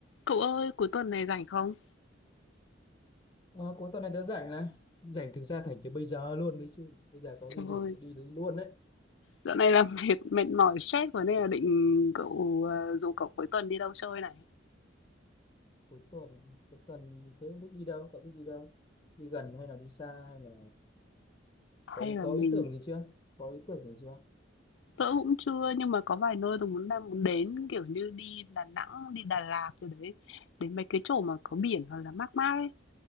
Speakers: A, on the left; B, on the left.
A: Cậu ơi, cuối tuần này rảnh không?
B: Ờ, có tuần này tớ rảnh này rảnh thực ra thành từ bây giờ luôn đấy chứ bây giờ có
A: Trời
B: gì rủ
A: ơi,
B: đi đấy luôn đấy
A: dạo này làm <laughs> việc mệt mỏi stress rồi nên là định cậu ờ, rủ cậu cuối tuần đi đâu chơi này.
B: cuối tuần này, cuối tuần thế không biết đi đâu cậu biết đi đâu đi gần hay là đi xa hay là có
A: Hay
B: ý,
A: là
B: có
A: mình
B: ý tưởng gì chưa có ý tưởng gì chưa
A: tớ cũng chưa nhưng mà có vài nơi tôi muốn đang muốn đến kiểu như đi Đà Nẵng, đi Đà Lạt rồi đấy. Đến mấy cái chỗ mà có biển hoặc là mát mát ấy,